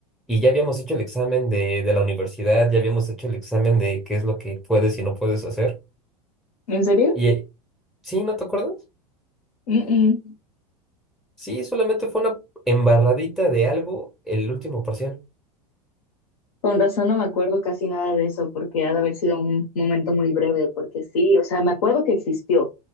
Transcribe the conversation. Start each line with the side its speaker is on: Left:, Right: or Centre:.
Centre: y ya habíamos hecho el examen de, de la universidad, ya habíamos hecho el examen de qué es lo que puedes y no puedes hacer.
Left: ¿En serio?
Centre: Y eh, sí, ¿no te acuerdas?
Left: Mm, mm.
Centre: Sí, solamente fue una embarradita de algo el último parcial.
Left: Con razón no me acuerdo casi nada de eso, porque ha de haber sido un momento muy breve, porque sí, o sea, me acuerdo que existió,